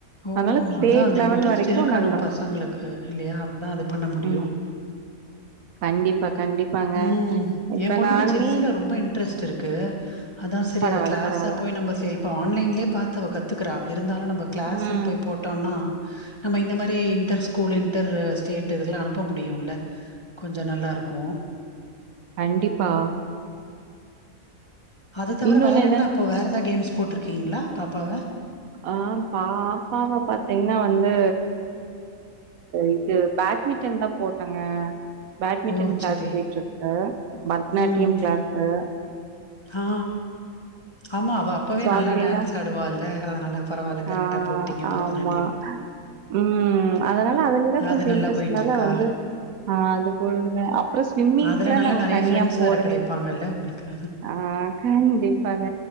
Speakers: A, on the left; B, on the right.
A: ஓஹோ
B: அதனால ஸ்டேட்
A: அதா அந்த
B: லெவல்
A: இன்ட்ரெஸ்ட்
B: வரைக்கு
A: இருக்கணு
B: நல்லா
A: பசங்களுக்கு இல்லையா <inaudible> அத பண்ண முடியு
B: ம் கண்டிப்பா கண்டிப்பாங்க
A: ம்
B: இப்ப
A: எ பொண்ணுக்கு
B: நானுமே
A: செஸ்ல ரொம்ப இன்ட்ரெஸ்ட்ருக்கு அதா செரி
B: பரவால்ல
A: அது க்ளாஸா
B: பரவால்ல
A: போய் நம்ம சே ப்போ ஆன்லைன்லே பாத்த அவ கத்துகறா இருந்தாலு நம்ம க்ளாஸுன்
B: ம்
A: போய் போட் டோனா நம்ம இந்த மாரி இன்டர் ஸ்கூலு இன்டரு ஸ்டேட்டு இதுலேலா அனுப்ப முடியுல்ல கொஞ்ச நல்லா இருக்கு
B: கண்டிப்பா
A: அத தவிர
B: இன்னொன்னு
A: வேற
B: என்னன்
A: என்ன அப்போ வேற எதாவ் கேம்ஸ் போட்ருக்கீங்ளா பாப்பாவ
B: ஆ பாப்பாவ பாத்தீங்கன்னா வந்து இது பேட்மிண்டன் தா போட்டங்க பேட்மிண்டன்
A: ஓ
B: க்ளாஸ்
A: சரி
B: போயிட்ருக்கு பரதநாட்டியம்
A: ம்
B: க்ளாஸ்சு
A: ம் ஆ ஆமா அவ அப்பவே
B: சோ
A: நல்லா
B: அதுலேல்லாம்
A: டான்ஸ் ஆடுவால்ல அதனால பரவால்ல கரெக்டா
B: ஆ
A: போட்டீங்க பரதநாட்டியம்
B: ஆமா. ம் அதனால அதுலிலா
A: அது
B: கொஞ்ச
A: நல்லா
B: இன்ட்ரெஸ்ட்னால
A: போயிட்டு இருக்கா
B: வந்து ஆ அதுபோதுங்க அப்புற ஸ்விம்மிங்க்லா
A: அதுல நல்லா
B: நாங்க
A: நெறைய
B: தனியா
A: ஃப்ரெண்ட்ஸ்
B: போடவேல்ல
A: வேற கிடைப்பாங்கல்ல உங்களுக்கு
B: ஆ கண்டிப்பாங்க